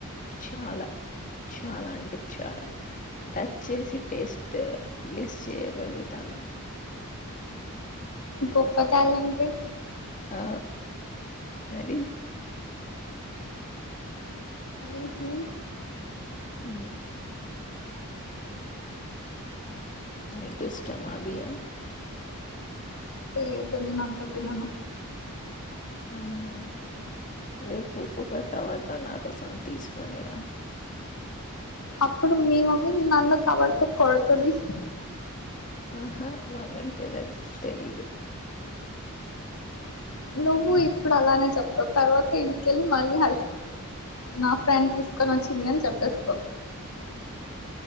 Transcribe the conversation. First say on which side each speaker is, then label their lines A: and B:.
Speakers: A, on the left; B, on the left.
A: చాలా చాలా అంటే చాలా టచ్ చేసి టేస్ట్ గెస్ చేయగలుగుతాను ఆ
B: గొప్ప టాలెంట్యే
A: ఆ మరి
B: ఊహూ
A: ఉ మీకు ఇష్టమా బియ్యం
B: ఏంతో నేను అంత తినను
A: ఆహా రేపు టవర్ ర నా కోసం తీసుకునేరా
B: అప్పుడు మీ మమ్మీ నన్ను కవర్తో కొడుతది
A: ఆహా మమ్మీ తెలిదు తెలీదు
B: నువ్వు ఇప్పుడు అలానే చెప్తావు తర్వాత ఇంటికెళ్ళి మళ్ళీ హ నా ఫ్రెండ్ తీసుకు క్క వచ్చింది అని చెప్పేస్తావ్